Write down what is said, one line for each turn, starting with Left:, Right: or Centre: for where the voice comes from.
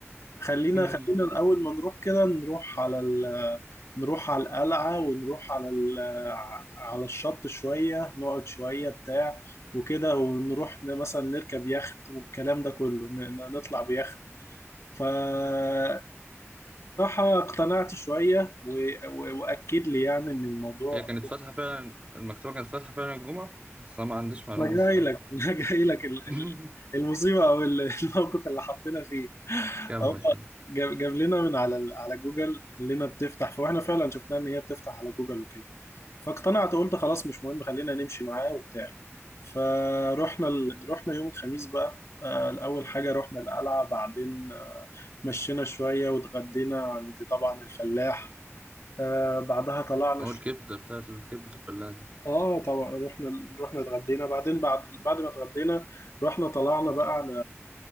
Left: خلينا
Right: امم
Left: خلينا الاول ما نروح كده نروح على ال... نروح على القلعه ونروح على ال... على الشط شويه نقعد شويه بتاع وكده ونروح ن- مثلا نركب يخت والكلام ده كله ن... ن- نطلع بيخت فبصراحة اقتنعت شوية و... و... وأكد لي يعني إن الموضوع
Right: هي كانت فاتحة فعلا المكتبة كانت فاتحة فعلا الجمعة بس أنا ما عنديش معلومة
Left: انا
Right: الصراحة
Left: جاي لك <laughs> انا جاي لك ال-
Right: <laughs>
Left: ال- المصيبه او ال- <laughs> الموقف اللي حطينا فيه
Right: كمل
Left: هو
Right: كمل
Left: جاب جاب لنا من على ال- على جوجل قال لنا بتفتح فاحنا فعلا شفناها ان هي بتفتح على جوجل وكده فاقتنعت وقلت خلاص مش مهم خلينا نمشي معاه وبتاع فروحنا ال... رحنا يوم الخميس بقى آه، اول حاجه رحنا القلعه بعدين مشينا شويه واتغدينا عند طبعا الفلاح آه، بعدها طلعنا
Right: والكبدة بتاعت الكبدة الفلاح دي
Left: اه طبعا رحنا رحنا اتغدينا بعدين بعد بعد ما اتغدينا رحنا طلعنا بقى على